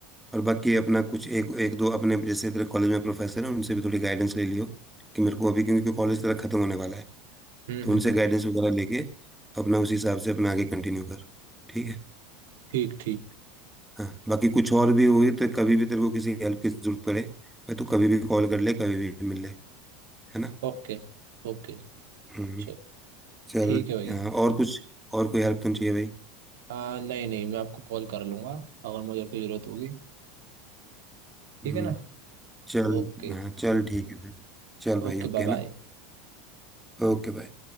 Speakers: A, in the centre; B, on the right (about 85°).
A: और बाकी अपना कुछ एक एक दो अपने जैसे तेरे कॉलेज में प्रोफेसर हैं उनसे भी थोड़ी गाइडेंस ले लियो कि मेरे को अभी क्योंकि कॉलेज तेरा खत्म होने वाला है
B: हम्म
A: तो
B: हम्म
A: उनसे
B: हम्म
A: गाइडेंस वगैरह लेके अपना उसी हिसाब से अपना आगे कंटिन्यू कर ठीक है
B: ठीक ठीक
A: हाँ बाकी कुछ और भी हुई तो कभी भी तेरे को किसी हेल्प की जरूरत पड़े भाई तू कभी भी कॉल कर ले कभी भी मिल ले है ना
B: Okay okay
A: हम्म
B: चलो
A: चल
B: ठीक है भैया
A: हाँ, और कुछ और कोई हेल्प तो नहीं चाहिए भाई
B: हाँ नहीं नहीं मैं आपको कॉल कर लूंगा अगर मुझे और कोई ज़रूरत होगी
A: हम्म
B: ठीक है ना
A: चल
B: ओके
A: हाँ चल ठीक है फिर चल
B: Okay
A: भाई ओके
B: bye bye
A: ना ओके भाई